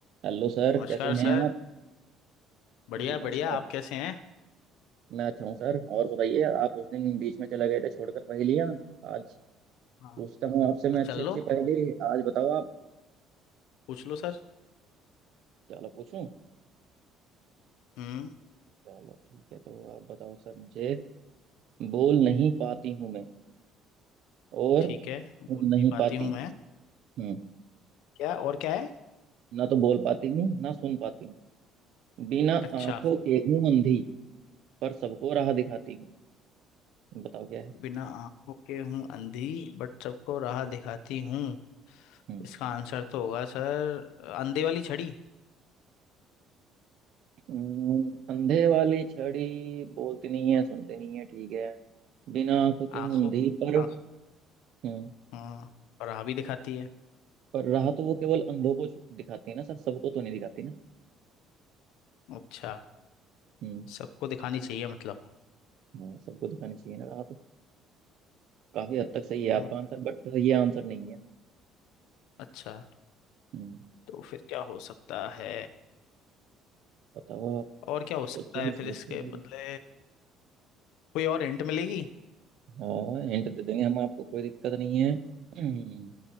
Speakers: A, on the right; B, on the left.
A: Hello sir
B: नमस्कार
A: कैसे हैं
B: सर
A: आप
B: बढ़िया
A: जी
B: बढ़िया
A: नमस्कार
B: आप कैसे हैं
A: मैं अच्छा हूँ सर और बताइए आप उस दिन बीच में चले गए थे छोड़कर पहेलियाँ आज
B: हाँ
A: पूछता हूँ आपसे मैं
B: तो चल
A: अच्छी अच्छी
B: लो
A: पहेली आज बताओ आप
B: पूछ लो सर
A: चलो पूछूं
B: हम्म
A: चलो ठीक है तो आप बताओ सर मुझे बोल नहीं पाती हूँ मैं और
B: ठीक
A: सुन
B: है बोल नहीं
A: नहीं
B: पाती
A: पाती
B: हूँ मैं
A: हूँ
B: क्या और क्या है
A: ना तो बोल पाती हूँ ना सुन पाती हूँ बिना
B: अच्छा
A: आंखों के हूँ अंधी पर सबको राह दिखाती हूँ बताओ क्या है
B: बिना आंखों के हूँ अंधी बट सबको राह दिखाती हूँ
A: हम्म
B: इसका आंसर तो होगा सर अंधे वाली छड़ी
A: हम्म, अंधे वाली छड़ी बोलती नहीं है सुनती नहीं है ठीक है बिना आंखों के
B: आंखों
A: मुंधी पर
B: आंख
A: हम्म
B: हाँ और राह भी दिखाती है
A: पर राह तो वो केवल अंधों को छु- दिखाती है ना सर सबको तो नहीं दिखाती ना
B: अच्छा
A: हम्म
B: सबको दिखानी चाहिए मतलब
A: हाँ सबको दिखानी चाहिए ना राह तो काफी हद तक सही है आपका
B: हाँ,
A: आंसर बट ये आंसर नहीं है
B: अच्छा
A: हम्म
B: तो फिर क्या हो सकता है
A: बताओ आप
B: और क्या हो
A: सोचो
B: सकता है
A: सोचो
B: फिर इसके बदले कोई और हिंट मिलेगी
A: हाँ हिंट दे देंगे हम आपको कोई दिक्कत नहीं है हम्म